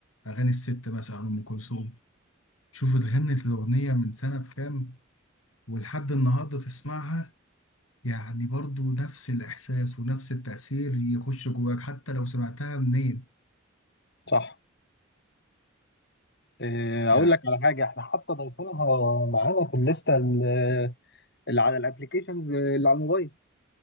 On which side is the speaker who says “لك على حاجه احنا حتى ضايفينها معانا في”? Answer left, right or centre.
Left